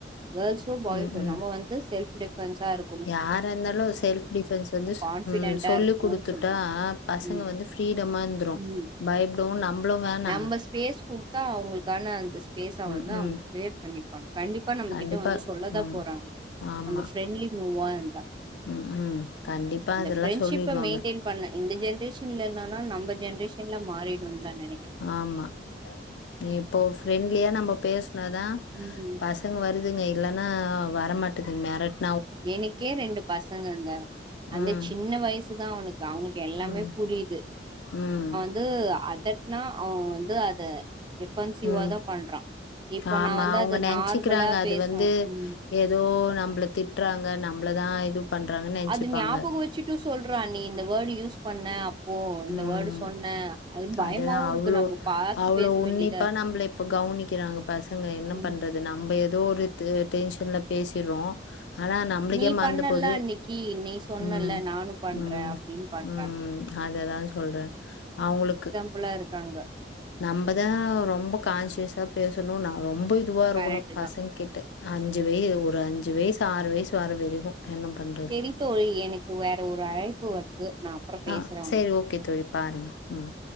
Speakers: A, on the right; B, on the left.
A: கேர்ள்ஸோ பாய்ஸோ
B: ம், ம்.
A: நம்ம வந்து செல் டிஃபன்ஸா இரு
B: யாரா இருந்தாலு செல்ஃப் டிஃபென்ஸ் வந்து சு
A: கான்ஃபிடென்டா
B: ம் சொல்லிக்
A: இருக்கணுனு
B: குடுத்துட்டா
A: சொல்றோ
B: பசங்க
A: ம்
B: வந்து ப்ரீடமா இருந்ரு
A: ம்
B: பயப்டவு நம்மளு வேணா
A: நம்ம ஸ்பேஸ் குடுத்தா அவங்களுக்கான அந்த பேஸ
B: ம்,
A: வந்து அவுங்க
B: ம்.
A: க்ரியேட் பண்ணிப்பாங்க கண்டிப்பா நம்ம
B: கண்டிப்பா.
A: கிட்ட வந்து சொல்லதா
B: ம்.
A: போறாங்க
B: ஆமா.
A: நம்ம ஃப்ரெண்ட்லி நோவா எந்தா
B: ம் ம் கண்டிப்பா அதெல்லா
A: ஃப்ரெண்ட்ஷிப்ப
B: சொல்லிட்வாங்க
A: மெயின்டெயின் பண்ண இந்த ஜென்ரேஷன்ல இல்லனால நம்ம ஜென்ரேஷன்ல மாறிடும் தா நெனைக்
B: ஆம்மா நீ இப்போ ஃப்ரெண்ட்லியா நம்ம பேஸ்னாதா
A: ம் ஹு
B: பசங்க வருதுங்க இல்லன்னா வரமாட்டேதுங்க மேரட்
A: எனக்கே ரெண்டு பசங்கங்க அந்த
B: ம்,
A: சின்ன வயசுதா அவனுக்கு அவனுக்கு எல்லாமே
B: ம்,
A: புரியுது
B: ம்
A: இது அதட்னா அவ வந்து அத டிபன்சிவ
B: ம்.
A: தா பண்றா இப்போ
B: ஆமா
A: நா வந்து
B: அவங்க
A: அது
B: நெசன்சிக்கிறாங்க
A: நார்மலா
B: அது
A: பேசணு
B: வந்து
A: ம்
B: ஏதோ நம்மள திட்றாங்க நம்மள தா இது பண்றாங்கன்னு நெனச்சுப்பாங்க.
A: அது ஞாபக வச்சுட்டு சொல்றா நீ இந்த வேடு யூஸ் பண்ண ஓ இந்த
B: ம்.
A: வேடு சொன்ன அது பயமாவு
B: அதுதான்
A: இருக்கு
B: அவ்ளோ
A: நம்ம பாத்து
B: அவ்ளோ
A: பேச
B: உன்னிப்பா
A: வேண்டியதா இருக்கு
B: நம்மள இப்ப கவனிக்கிறாங்க பசங்க என்ன
A: ம்
B: பண்றது நம்ம ஏதோ ஒரு டென்ஷன்ல பேசிற்றோ ஆனா நம்ளுக்கே
A: நீ
B: மறந்து
A: பண்ணல
B: போது
A: அன்னைக்கு நீ சொன்னல
B: ம்
A: நானு பண்றே
B: ம்
A: அப்டின்னு பண்றாங்க
B: ம் அத தா சொல்றே அவங்களுக்கு
A: ப்ள்ளா இருக்காங்க
B: நம்மதா ரொம்ப கான்சியஸா பேசணு ந ரொம்ப இதுவா இருக்கணு
A: கரெக்ட்
B: பசங்க
A: தா
B: கேட்ட அஞ்சு வயு ஒரு அஞ்சு வயசு ஆறு வயசு வர வரைக்கு என்ன பண்ற
A: சரி தோழி எனக்கு வேற ஒரு அழைப்பு வருது நா அப்பற பேசுற
B: ஆ சரி ஓகே தோழி பாருங்க ம்